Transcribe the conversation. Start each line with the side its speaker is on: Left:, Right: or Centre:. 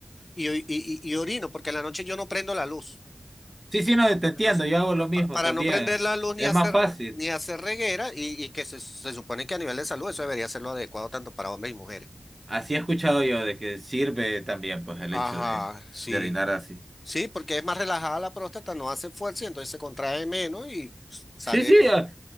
Left: y, y, y- y orino, porque en la noche yo no prendo la luz.
Right: Sí, sí, no, te entiendo,
Left: Entonces,
Right: yo hago
Left: pa-
Right: lo mismo
Left: pa- para
Right: también.
Left: no prender la luz ni
Right: Es
Left: hacer,
Right: más fácil.
Left: ni hacer reguera, y, y que se, se supone que a nivel de salud eso debería ser lo adecuado tanto para hombres y mujeres.
Right: Así he escuchado yo de que sirve también, pues, el
Left: Ajá,
Right: hecho de,
Left: sí.
Right: de orinar así.
Left: Sí, porque es más relajada la próstata, no hace fuerza y entonces se contrae menos y sale
Right: Sí, sí, eh,